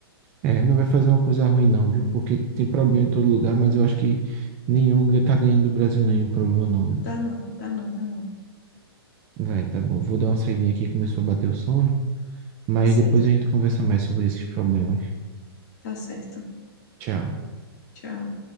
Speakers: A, on the right; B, on the left.
A: É, não vai fazer uma coisa ruim não, viu? Porque tem problema em todo lugar, mas eu acho que nenhum tá ganhando do Brasil nenhum problema não, viu?
B: Tá não, tá não, tá não.
A: Vai, tá bom. Vou dar uma saidinha aqui, começou a bater o sono, mas
B: Tá certo,
A: depois a gente conversa mais sobre esses problemas.
B: tá certo.
A: Tchau.
B: Tchau.